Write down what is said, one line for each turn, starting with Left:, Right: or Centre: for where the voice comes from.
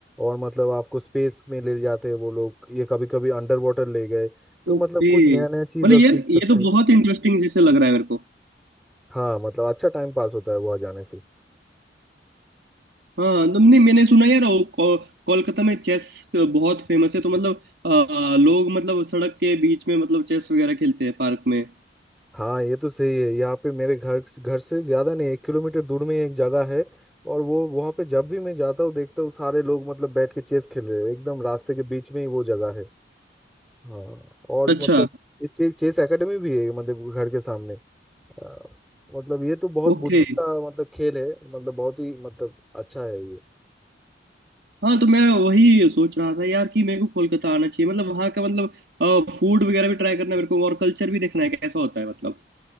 Centre: और मतलब आपको स्पेस में ले जाते हैं वो लोग ये कभी कभी अंडर वाटर ले गए तो
Right: ओके
Centre: मतलब कुछ नया
Right: मतलब
Centre: नया चीज आप
Right: यार
Centre: सीख सकते
Right: ये तो
Centre: हैं
Right: बहुत इंटरेस्टिंग जैसे लग रहा है मेरे को
Centre: हाँ मतलब अच्छा टाइम पास होता है वहाँ जाने से
Right: हाँ तुमने मैंने सुना यार वो को, कोलकाता में चेस बहुत फेमस है तो मतलब आ, लोग मतलब सड़क के बीच में मतलब चेस वगैरह खेलते हैं पार्क में
Centre: हाँ ये तो सही है यहाँ पे मेरे घर घर से ज्यादा नहीं एक किलोमीटर दूर में ही एक जगह है और वो वहाँ पे जब भी मैं जाता हूँ देखता हूँ सारे लोग मतलब बैठ के चेस खेल रहे हैं एकदम रास्ते के बीच में ही वो जगह है हाँ और
Right: अच्छा
Centre: मतलब ये चेस चेस एकेडमी भी है मतलब घर के सामने आ, मतलब ये तो बहुत
Right: ओके
Centre: बुद्धि का मतलब खेल है मतलब बहुत ही मतलब अच्छा है ये
Right: हाँ तो मैं वही सोच रहा था यार कि मेरे को कोलकाता आना चाहिए मतलब वहाँ का मतलब फूड वगैरह भी ट्राई करना है मेरे को और कल्चर भी देखना है कैसा होता है मतलब